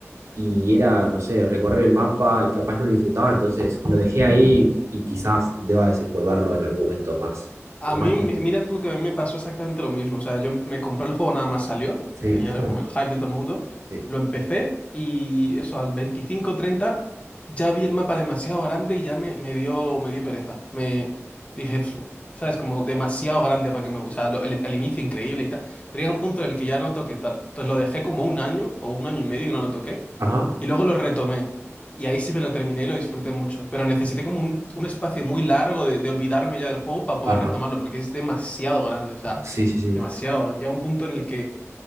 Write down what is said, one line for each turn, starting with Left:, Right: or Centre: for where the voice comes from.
Right: y era, no sé, recorrer el mapa y capaz no lo disfrutaba, entonces lo dejé ahí y quizás deba desempolvarlo en algún momento más,
Left: A
Right: con
Left: mí,
Right: más tiempo.
Left: mi- mira tú que a mí me pasó exactamente lo mismo. O sea, yo me compré el juego nada más salió.
Right: Sí,
Left: Tenía
Right: yo también.
Left: como el hype de todo el mundo.
Right: Sí.
Left: Lo empecé y eso, al veinticinco treinta ya vi el mapa demasiado grande y ya me, me dio, me dio pereza. Me dije, "Pf", ¿sabes? Como demasiado grande para que me gusta el, el inicio increíble y tal. Pero llega un punto en el que ya no toqué tal. Entonces lo dejé como un año o un año y medio que no lo toqué.
Right: Ajá,
Left: Y luego lo retomé. Y ahí sí me lo terminé y lo disfruté mucho. Pero necesité como un, un espacio muy largo de, de olvidarme ya del juego para poder
Right: ajá.
Left: retomarlo, porque es demasiado grande, o sea,
Right: Sí, sí, sí.
Left: demasiado grande. Llega un punto en el que